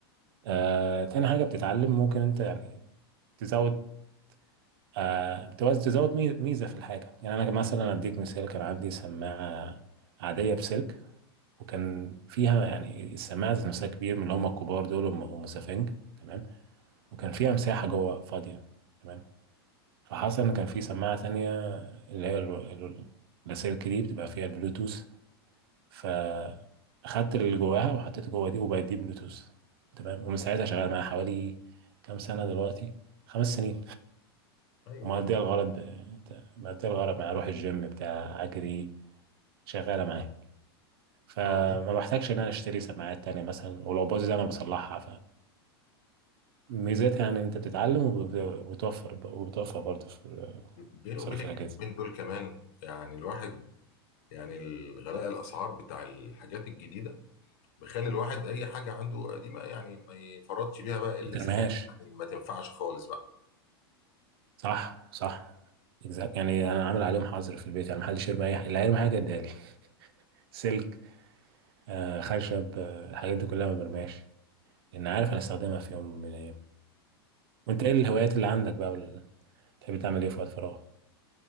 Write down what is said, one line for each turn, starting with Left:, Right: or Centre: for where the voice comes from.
Right: آه تاني حاجه بتتعلم ممكن انت يعني تزود آه بتوز- تزود مي- ميزه في الحاجه يعني انا مثلا اديك مثال كان عندي سماعه عاديه بسلك وكان فيها يعني السماعه ذات نفسها كبير من اللي هم الكبار دول ام أم سفنج تمام وكان فيها مساحه جوه فاضيه تمام فحصل ان كان في سماعه تانية اللي هي ال- ال- اللاسلكي دي بتبقى فيها البلوتوث فاخدت اللي جواها وحطيته جوا دي وبقت دي بلوتوث تمام ومن ساعتها شغال معايا حوالي كام سنة دلوقتي خمس سنين
Left: ايوه
Right: ومقضية الغرض انت- مقضية الغرض معايا اروح الجيم بتاع اجري شغالة معايا فما
Left: هو بين-
Right: بحتاجش ان انا اشتري سماعات تانية مثلا ولو باظت انا بصلحها فميزتها يعني انت بتتعلم وب- وبتوفر وبتوفر برضه في
Left: بيني وبينك
Right: مصاريف الاجهزة
Left: اليومين دول كمان يعني الواحد يعني الغلاء الاسعار بتاع الحاجات الجديده بيخلي الواحد اي حاجه عنده قديمه يعني ما يفرطش بيها بقى الا
Right: ما بترميهاش
Left: اذا كانت يعني ما تنفعش خالص بقى
Right: صح صح exact. يعني انا عامل عليهم حظر في البيت يعني محدش يرمي اي حاجة اللي هيرمي حاجة اديها لي <laughs> سلك آه، خشب آه، الحاجات دي كلها ما برماش لان عارف انا استخدمها في يوم من الايام وانت ايه الهوايات اللي عندك بقى وال- بتحب تعمل ايه في وقت فراغ